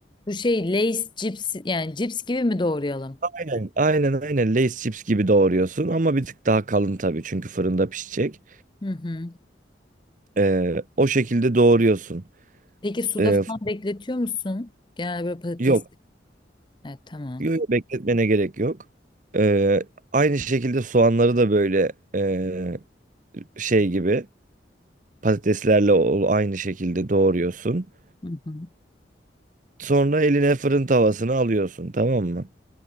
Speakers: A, on the left (about 25°); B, on the right (about 45°).
A: Bu şey Lay's cips yani cips gibi mi doğrayalım?
B: Aynen. Aynen aynen Lay's chips gibi doğruyorsun ama bir tık daha kalın tabii çünkü fırında pişecek.
A: Hı hı.
B: Ee, o şekilde doğruyorsun.
A: Peki suda
B: Ee,
A: falan
B: f-
A: bekletiyor musun? Genel böyle patates.
B: yok,
A: Evet tamam.
B: yok yok, bekletmene gerek yok. Ee, aynı şekilde soğanları da böyle ee, şey gibi patateslerle o- aynı şekilde doğruyorsun.
A: Hı hı.
B: Sonra eline fırın tavasını alıyorsun tamam mı?